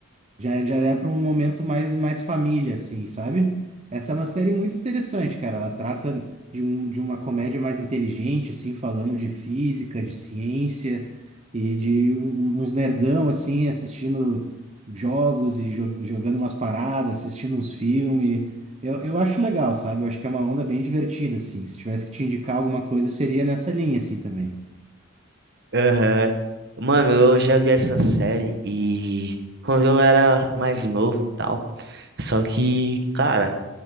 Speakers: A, on the right; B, on the right.
A: já, é- já é para um momento mais, mais família, assim, sabe? Essa é uma série muito interessante, cara. Ela trata de, um, de uma comédia mais inteligente, assim, falando de física, de ciência e de um- uns nerdão, assim, assistindo jogos e jo- jogando umas paradas, assistindo uns filmes. Eu, eu acho legal, sabe? Eu acho que é uma onda bem divertida, assim. Se tivesse que te indicar alguma coisa, seria nessa linha, assim, também.
B: aham. Mano, eu já vi essa série e quando eu era mais novo e tal. Só que, cara.